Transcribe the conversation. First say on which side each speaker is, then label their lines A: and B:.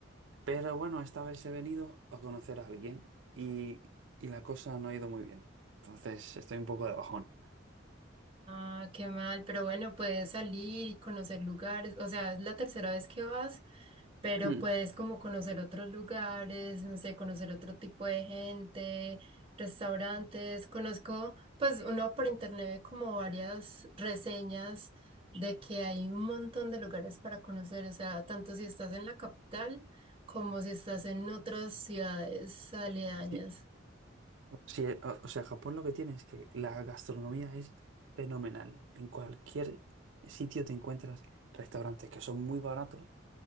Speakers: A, on the right (about 65°); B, on the right (about 30°).
A: Pero bueno, esta vez he venido a conocer a alguien y, y la cosa no ha ido muy bien. Entonces, estoy un poco de bajón.
B: Ah, qué mal, pero bueno, puedes salir y conocer lugares, o sea, es la tercera vez que vas, pero
A: <clears throat>
B: puedes como conocer otros lugares, no sé, conocer otro tipo de gente, restaurantes. Conozco, pues uno por internet ve como varias reseñas de que hay un montón de lugares para conocer, o sea, tanto si estás en la capital como si estás en otras ciudades aledañas.
A: Sí, sí, eh, o o sea, Japón lo que tiene es que la gastronomía es fenomenal. En cualquier sitio te encuentras restaurantes que son muy baratos